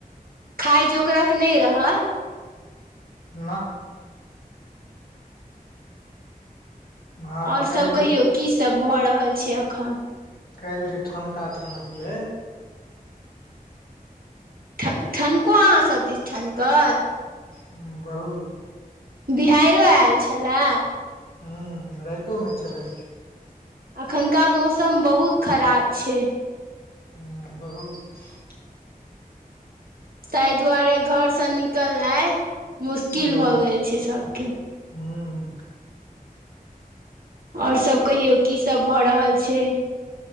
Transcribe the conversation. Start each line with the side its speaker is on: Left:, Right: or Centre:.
Right: खााय जोक रक नहि रहल।
Left: नाहृऽ। भाय
Right: आओर सभ
Left: काल्हि
Right: कहियौ
Left: जे
Right: की सब भऽ रहल छै एखन।
Left: काईल जे ठनका ठनक लै।
Right: ठ ठनको अहाँ सभ दिस ठनकल।
Left: हूं बहुत।
Right: बिहाइरो आयल छलए।
Left: हूं राइतो मे छलै।
Right: अखन का मौसम बहुत खराब छै।
Left: हं बहुत।
Right: ताहि दुआरे घर सँ निकल नाइ। मुश्किल
Left: बहुत
Right: भऽ गेल छै सब के।
Left: हूँ
Right: आओर सब कहियौ की सब भऽ रहल छै।